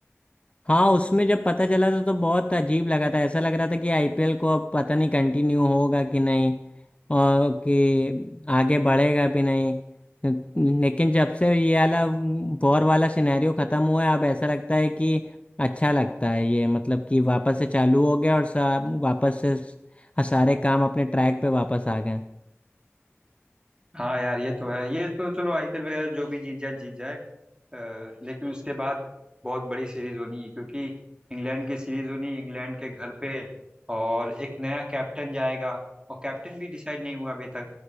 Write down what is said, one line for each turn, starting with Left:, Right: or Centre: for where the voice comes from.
Left: हाँ उसमें जब पता चला था तो बहुत अजीब लगा था ऐसा लग रहा था कि आईपीएल को अब पता नहीं कंटिन्यू होगा कि नहीं और कि आगे बढ़ेगा भी नहीं लेकिन जब से ये वाला वॉर वाला सिनेरियो ख़त्म हुआ है अब ऐसा लगता है कि अच्छा लगता है ये मतलब कि वापस से चालू हो गया और सब वापस से सारे काम अपने ट्रैक पे वापस आ गए
Right: हाँ यार ये तो है ये तो चलो आईपीएल वगैरह जो भी जीत जाए जीत जाए अ, लेकिन उसके बाद बहुत बड़ी सीरीज होनी है क्योंकि इंग्लैंड की सीरीज होनी इंग्लैंड के घर पे और एक नया कैप्टन जाएगा और कैप्टन भी डिसाइड नहीं हुआ अभी तक